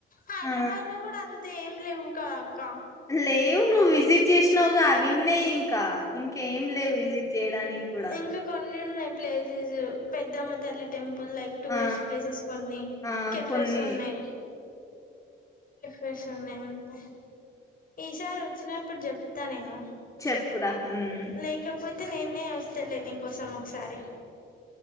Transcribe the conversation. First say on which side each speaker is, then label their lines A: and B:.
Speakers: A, on the left (about 45°); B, on the left (about 15°).
A: హైదరాబాద్
B: ఆ
A: లో కూడా అంత అయితే ఏం లేవుక కుక్క
B: లేవు నువ్వు విజిట్ చేసినావుగా అవన్నే ఇంకా ఇంక ఏం లేవు విజిట్ చేయడానికి గూడా
A: ఇంకా కొన్ని ఉన్నాయి ప్లేసెస్ పెద్దమ్మ తల్లి టెంపుల్ ఇప్పుడు లైక్ టూరిస్ట్
B: ఆ
A: ప్లేసెస్ కొన్ని
B: ఆ
A: కెఫేస్
B: కొన్ని
A: ఉన్నాయి ఫ్రెష్ ఉన్నాయి అంతే ఈషారు వచ్చిన ఇప్పుడు చెప్తా నేను
B: చెప్పురా మ్
A: లేకపోత్ నేనే వస్తాలే నీకోసం సరే